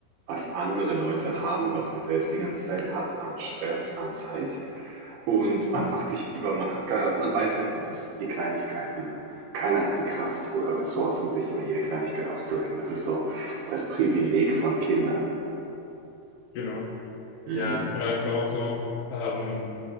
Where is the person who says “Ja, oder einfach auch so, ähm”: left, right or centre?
Left